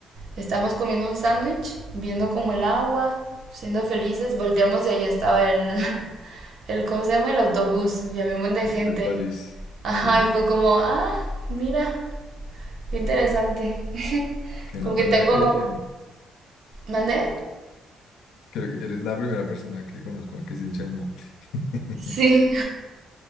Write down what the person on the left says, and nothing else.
del París.
Sí,
qué
nota.
Mira
que eh,
creo que eres la primera persona que conozco que es hincha del Napoli. <laughs>